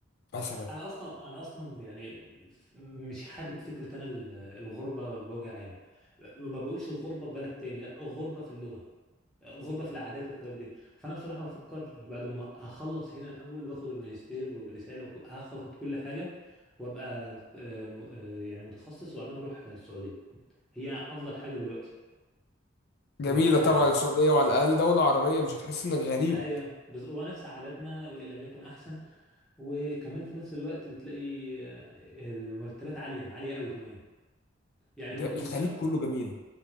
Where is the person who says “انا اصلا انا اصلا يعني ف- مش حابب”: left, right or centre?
Centre